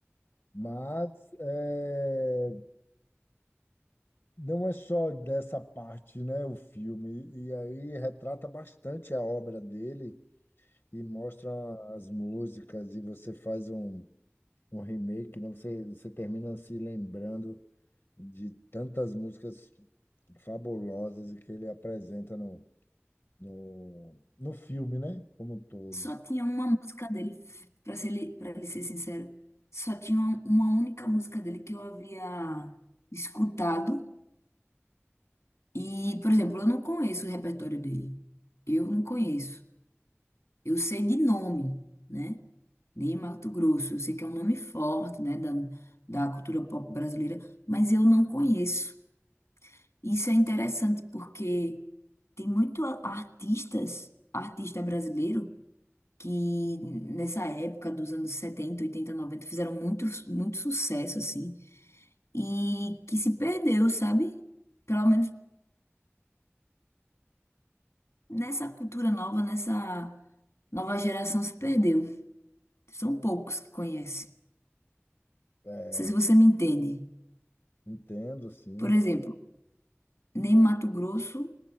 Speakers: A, on the left; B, on the left.
A: Mas é, não é só dessa parte, né, o filme. E aí retrata bastante a obra dele e mostra as músicas e você faz um, um remake, né? Você, você termina se lembrando de tantas músicas fabulosas e que ele apresenta no, no, no filme, né, como um todo.
B: Só tinha uma música dele, pra ser, li- pra lhe ser sincero. Só tinha uma uma única música dele que eu havia escutado. E, por exemplo, eu não conheço o repertório dele. Eu não conheço. Eu sei de nome, né? De Mato Grosso. Eu sei que é um nome forte, né? Da, da cultura pop brasileira. Mas eu não conheço. Isso é interessante porque tem muito a- artistas, artista brasileiro que nessa época dos anos 70, 80, 90 fizeram muito, muito sucesso, assim, e que se perdeu, sabe? Pelo menos nessa cultura nova, nessa nova geração se perdeu. São poucos que conhecem. Não
A: É,
B: sei se você me entende.
A: entendo, sim.
B: Por exemplo, nem Mato Grosso,